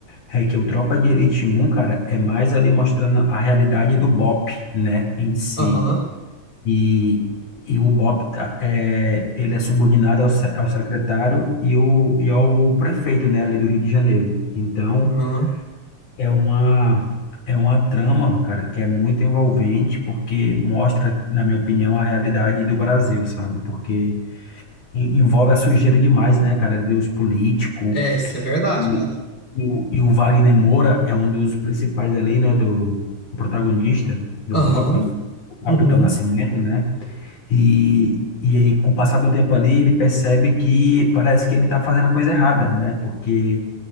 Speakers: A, on the left; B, on the left.
A: é que o Tropa de Elite um cara, é mais ali mostrando a realidade do BOP, né, em si.
B: aham,
A: E, e o BOP, tá, é, ele é subordinado ao, se- ao secretário e, o, e ao prefeito, né, ali do Rio de Janeiro. Então,
B: aham.
A: é uma, é uma trama, cara, que é muito envolvente, porque mostra, na minha opinião, a realidade do Brasil, sabe? Porque en- envolve a sujeira demais, né, cara? Deus político.
B: É, isso é verdade,
A: E,
B: cara.
A: e, o e o Wagner Moura é um dos principais ali, né, do, do protagonista do
B: Aham,
A: BOPE, Capitão
B: uhum,
A: Nascimento, né? E, e aí, com o passar do tempo ali, ele percebe que parece que ele tá fazendo a coisa errada, né? Porque